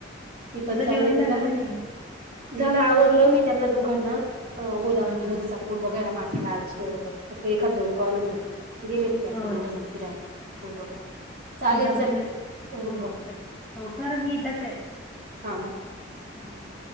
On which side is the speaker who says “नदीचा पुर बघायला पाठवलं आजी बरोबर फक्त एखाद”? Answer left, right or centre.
Right